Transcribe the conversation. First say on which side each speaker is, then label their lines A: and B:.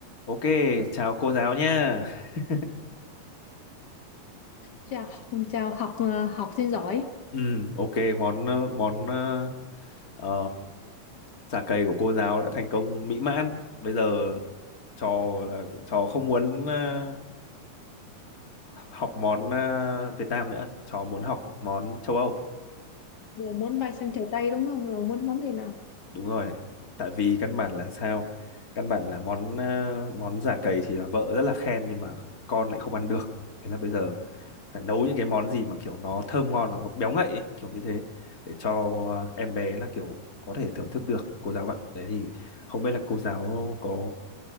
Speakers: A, on the left; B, on the left.
A: Ok, chào cô giáo nha. <laughs>
B: chào học chào học ờ, học sinh giỏi
A: Ừ, ok, món ờ, món ờ, ờ, chả cầy của cô giáo đã thành công mỹ mãn. Bây giờ trò là trò không muốn ờ, học món ờ, Việt Nam nữa, trò muốn học món châu Âu.
B: vừa muốn bay sang trời Tây đúng không rồi muốn món gì nào
A: Đúng rồi, tại vì căn bản là sao? Căn bản là món ờ, món chả cầy thì là vợ rất là khen nhưng mà con lại không ăn được. Thế là bây giờ phải nấu những cái món gì mà kiểu nó thơm ngon mà nó béo ngậy ấy, kiểu như thế để cho em bé là kiểu có thể thưởng thức được cô giáo ạ đấy thì không biết là cô giáo có